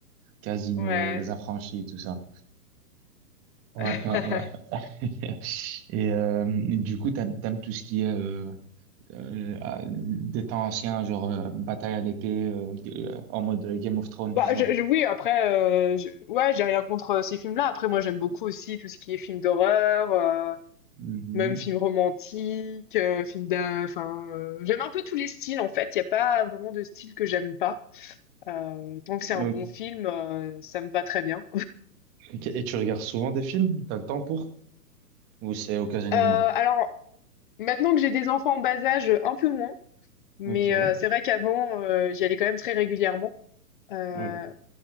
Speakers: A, on the right (about 25°); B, on the left (about 30°).
A: Casino,
B: ouais.
A: Les Affranchis, tout ça. Ouais,
B: <laughs>
A: ouais, ouais. <laughs> Et euh, du coup, t'aimes, t'aimes tout ce qui est euh, euh, ah, des temps anciens, genre euh, bataille à l'épée, euh, g- euh, en mode euh, Game of Thrones, tout
B: Bah,
A: ça.
B: je je oui, après, heu, je ouais, j'ai rien contre, heu, ces films-là. Après, moi, j'aime beaucoup aussi tout ce qui est film d'horreur, heu,
A: Mhm.
B: même film romantique, heu, film d'a enfin, heu, j'aime un peu tous les styles, en fait. Il y a pas vraiment de style que j'aime pas. Euh, tant que
A: Ok.
B: c'est un bon film, euh, ça me va très bien.
A: Et tu regardes souvent des films? T'as le temps pour? Ou c'est occasionnellement?
B: Euh, alors, maintenant que j'ai des enfants en bas âge, un peu moins, mais
A: Ok.
B: euh, c'est vrai qu'avant, euh, j'y allais quand même très régulièrement. Euh,
A: Ok.